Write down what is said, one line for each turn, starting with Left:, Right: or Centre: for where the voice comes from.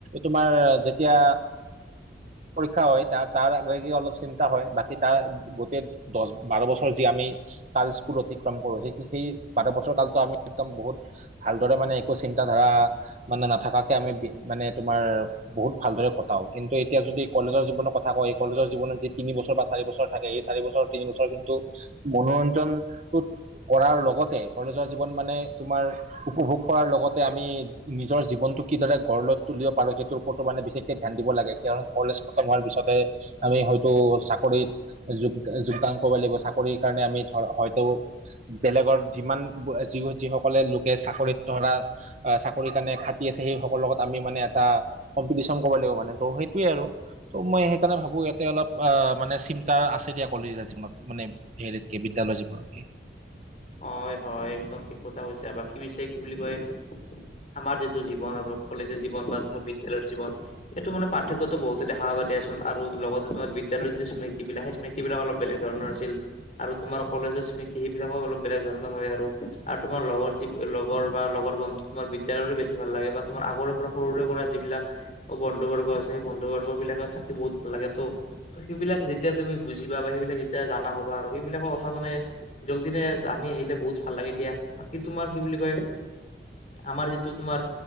Right: তোমাৰ যেতিয়া পৰীক্ষা হয় তাৰ তাৰ লৈ কি অলপ চিন্তা হয়, বাকী তাৰ গোটেই দছ বাৰ বছৰ যি আমি কাল স্কুল অতিক্ৰম কৰোঁ, সেই সেই বাৰ বছৰ কালটো আমি একদম বহুত ভালদৰে মানে একো চিন্ত ধাৰা মানে নাথাকাকে আমি মানে তোমাৰ বহুত ভালদৰে কটাওঁ কিন্তু এতিয়া যদি কলেজৰ জীৱনৰ কথা কয় কলেজৰ জীৱত যি তিনি বছৰ বা চাৰি বছৰ থাকে এই চাৰি বছৰ তিনি বছৰ কিন্তু মনোৰঞ্জনটোত কৰাৰ লগতে কলেজৰ জীৱন মানে তোমাৰ উপভোগ কৰাৰ লগতে আমি নিজৰ জীৱনটো কিদৰে গঢ়লৈ তুলিব পাৰো সেইটো বৰ্তমানে বিশেষকে ধ্যান দিব লাগে কাৰণ কলেজ খতম হোৱাৰ পিছতে আমি হয়তো চাকৰিত যোগ যোগদান কৰিব লাগিব, চাকৰিৰ কাৰণে আমি ধ হয়তো বেলেগৰ যিমান যি যিসকলে লোকে চাকৰিত ধৰা আ, চাকৰিৰ কাৰণে খাটি আছে সেইসকলৰ লগত আমি মানে এটা কম্পিটিশন কৰিব লাগিব মানে, ত' সেইটয়ে আৰু ত' মই সেইকাৰণে ভাবোঁ ইয়াতে অলপ আ, মানে চিন্তা আছে দিয়া কলেজীয়া জীৱনত মানে হেৰিত কে বিদ্যালয় যী পে
Left: হয় হয় একদম ঠিক কথা কৈছে আৰু বাকী পছে কি বুলি কয় আমাৰ যিটো জীৱন আৰু কলেজৰ জীৱন বা তমাৰ বিদ্যালয়ৰ জীৱন এইটো মানোৰ্থক্যতো বহুতে দো দিয়াচোন আৰু লগতেোমাৰ বিদ্যালয়ৰ য স্মৃতি বিলাক সেই স্মৃতি বিলাক অলপ বেলেগ ধৰণৰ আছিল আৰু তোমাৰ কলেজৰ স্মৃতি সেইবিলাকো অলপ বেলেগ ধৰণৰ হয় আৰু তোমাৰ লগৰি লগৰ বা লগৰ বন্ধু তোমাৰ বিদ্য়াল বেছি ভাল লাগে বা তোমাৰ আগৰ সৰুৰে পৰা যিব বিিলাক বন্ধু বৰ্গ আছে সেই বন্ধু বৰ্গ বিলাকে থাকি বহুত ভাল লাগে তো ত সেইবিলাক যেতিয়া তুমি বুজিবা বা সেইবিলাক যেতিয়া জানা হবা আৰু সেইবিলাকৰ কথা মানে যক দিনে জানি আহিলে বহুত ভাল লাগে দিয়া বাকী তোমাৰ কি বুলি কয় আমাৰ যিটো তোমাৰ